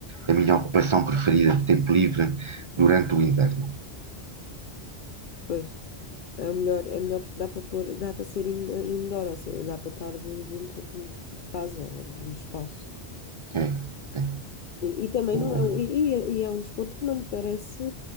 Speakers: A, on the right; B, on the left.
A: a minha ocupação preferida de tempo livre durante o inverno.
B: Pois, é o melhor, é melhor porque dá para pôr, dá para ser in- eh, indoor, ou seja, dá para estar de- dentro de, de casa ou de um espaço.
A: É, é.
B: E, e também
A: O-
B: não é um, e, e é e é um desporto que não me parece